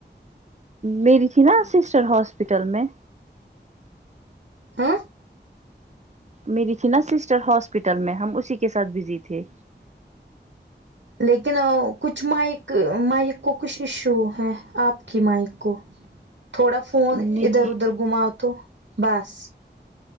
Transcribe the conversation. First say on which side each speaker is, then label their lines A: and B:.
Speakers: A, on the right; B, on the right.
A: میری تھی نا سسٹر ہاسپٹل میں
B: آہ
A: میری تھی نا سسٹر ہاسپٹل میں ہم اسی کے ساتھ بزی تھے
B: لیکن کچھ مائک مائک کو کچھ ایشو ہے آپ کی مائک کو تھوڑا فون
A: نہیں
B: ادھر ادھر گھماؤ تو بس